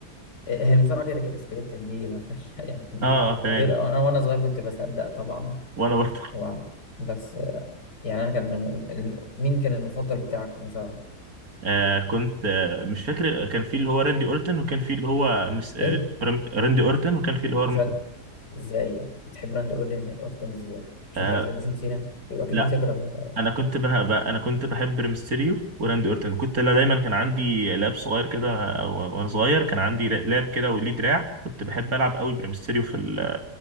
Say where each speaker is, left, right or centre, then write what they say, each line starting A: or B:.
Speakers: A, on the left; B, on the right.
A: هي المصارعة كده كده سكريبت دي ما فيهاش <laughs> يعني دي
B: اه آه، تمام
A: غير أنا وأنا صغير كنت بصدق طبعا
B: وانا برضه <laughs>
A: و بس آه، يعني أنا كان ال- مين كان المفضل بتاعك في المصارعة؟
B: آه كنت آه مش فاكر كان في اللي هو راندي اورتن وكان في اللي هو مس... آه
A: إيه؟
B: رم- راندي اورتن وكان في اللي هو
A: مش
B: رم-
A: أنا إزاي يعني؟ بتحب راندي أورتن أورتن إزاي؟ مش
B: آه
A: أنت بتحب جون سينا؟ يبقى أكيد
B: لا
A: بتكره
B: انا كنت بقى, بقى انا كنت بحب ريمستيريو وراندي اورتن كنت لا دايما كان عندي لاب صغير كده او وانا صغير كان عندي لاب كده وليه دراع كنت بحب العب قوي بريمستيريو في ال